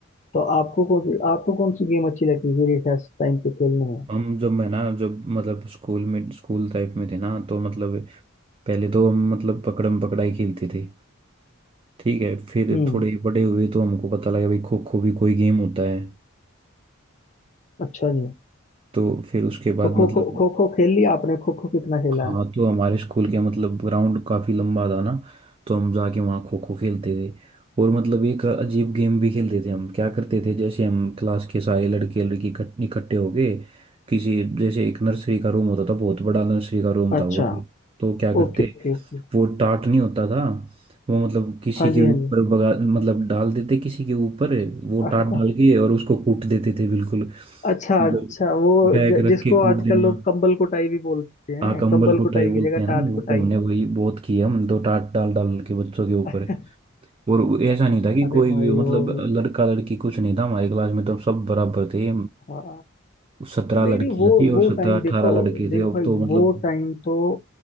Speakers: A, on the left; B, on the right.
A: तो आपको कौन सी आपको कौन सी गेम अच्छी लगती थी रिसेस टाइम पे खेलने में
B: हम जब मैं ना जब मतलब स्कूल में स्कूल टाइप में थे ना तो मतलब पहले तो हम मतलब पकड़म पकड़ाई खेलते थे ठीक है फिर
A: हम्म
B: थोड़े बड़े हुए तो हमको पता लगा भाई खो खो भी कोई गेम होता है
A: अच्छा जी
B: तो फिर उसके बाद
A: तो
B: मतलब
A: खो खो खो खो खेल लिया आपने खो खो कितना खेला
B: हाँ
A: है
B: तो हमारे स्कूल के मतलब ग्राउंड काफी लंबा था ना तो हम जाके वहाँ खो खो खेलते थे और मतलब एक अजीब गेम भी खेलते थे हम क्या करते थे जैसे हम क्लास के सारे लड़के लड़की इकट- इकट्ठे हो गए किसी जैसे एक नर्सरी का रूम होता था बहुत बड़ा नर्सरी का रूम
A: अच्छा
B: था वो तो क्या करते
A: ओके ओके ओके
B: वो टाट नहीं होता था वो मतलब किसी
A: हाँ
B: के
A: जी हाँ
B: ऊपर बगा मतलब डाल देते किसी के ऊपर वो
A: जी
B: टाट डाल
A: <laughs>
B: के और उसको कूट देते थे बिल्कुल
A: अच्छा
B: मतलब
A: अच्छा वो
B: बैग
A: ज-
B: रख
A: जिसको
B: के कूट
A: आजकल
B: देना
A: लोग कंबल कुटाई भी बोलते हैं
B: हाँ कंबल
A: कंबल
B: कुटाई
A: कुटाई
B: बोलते
A: की जगह
B: हैं ना
A: टाट
B: वो
A: कुटाई
B: हमने वही बहुत की है हम तो टाट डाल डाल के बच्चों के ऊपर
A: <laughs>
B: और वो ऐसा नहीं था कि
A: अरे
B: कोई
A: भाई
B: भी
A: वो
B: मतलब
A: भी
B: लड़का लड़की कुछ नहीं था हमारी क्लास में तो हम सब बराबर थे
A: हाँ
B: सत्रह
A: नहीं
B: लड़कियां
A: नहीं वो
B: थी
A: वो
B: और सत्रह
A: टाइम
B: अठारह
A: देखो
B: लड़के
A: देख
B: थे अब
A: भाई
B: तो मतलब
A: वो टाइम तो